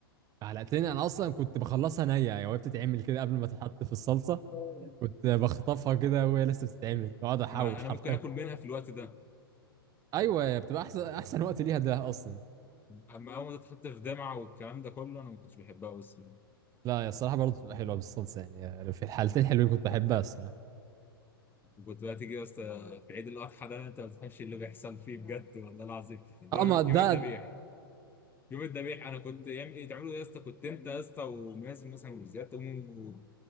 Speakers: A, on the right; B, on the left.
A: علقتني انا اصلا كنت بخلصها نيه يعني وهي بتتعمل كده قبل ما تتحط في الصلصه
B: <laughs>
A: كنت بخطفها كده وهي لسه بتتعمل واقعد احوش
B: ما انا
A: حرفيا
B: ممكن اكل منها في الوقت ده
A: ايوه بتبقى احسن احسن وقت ليها ده اصلا
B: اما اول ما تتحط في دمعه والكلام ده كله انا ما كنتش بحبها بس
A: لا يا الصراحه برضه بتبقى حلوه بالصلصه يعني في الحالتين حلوين كنت بحبها الصراحه
B: كنت بقى تيجي بس في عيد الاضحى ده انت ما بتفهمش اللي بيحصل فيه بجد والله العظيم لو
A: اه
B: يوم
A: ما
B: يوم
A: ده
B: الذبيح يوم الذبيح انا كنت يعمل ايه تعملوا ايه يا اسطى كنت انت يا اسطى ومازن مثلا وزياد تقوموا